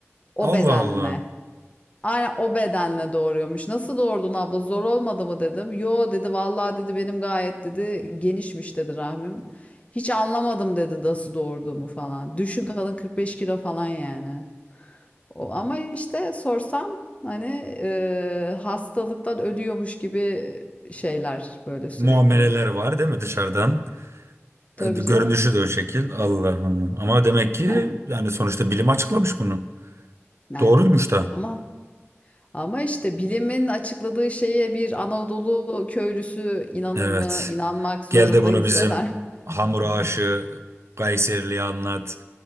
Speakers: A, on the left; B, on the right.
A: O
B: Allah
A: bedenle.
B: Allah.
A: Aynen o bedenle doğuruyormuş. Nasıl doğurdun abla? Zor olmadı mı dedim. Yo dedi vallahi dedi benim gayet dedi genişmiş dedi rahmim. Hiç anlamadım dedi nasıl doğurduğumu falan. Düşün kadın 45 kilo falan yani. O, ama işte sorsam hani e, hastalıktan ölüyormuş gibi şeyler böyle sürekli.
B: Muameleler var değil mi dışarıdan?
A: Tabii
B: E, Görünüşü
A: canım.
B: de o şekil. Allah Allah. Ama demek ki
A: Eh,
B: yani sonuçta bilim açıklamış bunu.
A: aynen.
B: Doğruymuş da.
A: Ama Ama işte bilimin açıkladığı şeye bir Anadolu köylüsü inanır
B: Evet.
A: mı? İnanmak zorunda
B: Gel de bunu
A: hisseder.
B: bizim
A: <laughs>
B: hamur aşığı Kayserili'ye anlat.